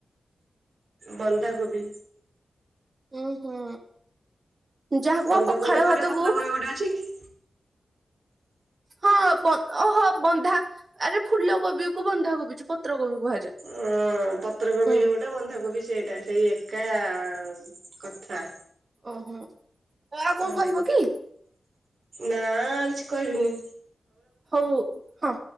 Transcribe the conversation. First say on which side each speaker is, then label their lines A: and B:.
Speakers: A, on the right; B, on the right.
A: ବନ୍ଧାକୋବି।
B: ହୁଁ ହୁଁ। ଯାହାକୁ
A: ବନ୍ଧକୋବି
B: ଆଉ ପଖାଳ
A: ଗୋଟେ
B: ଭାତକୁ
A: ପତ୍ରକୋବି ଗୋଟେ ଅଛି କି।
B: ହଁ ଓହୋ ବନ୍ଧା ଆରେ ଫୁଲ କୋବି କୁ ବନ୍ଧାକୋବି ପତ୍ରକୋବି କୁହାଯାଏ।
A: ହଁ ପତ୍ରକୋବି
B: ହୁଁ
A: ଯୋଉଟା ପତ୍ର କୋବି ଯୋଉଟା ବନ୍ଧାକୋବି ସେଇଟା ସେଇ ଏକା କଥା।
B: ଓହୋ। ଆଉ କଣ
A: ହଁ
B: କହିବ କି
A: ନା ଆଉ କିଛି କହିବିନି।
B: ହଉ ହଁ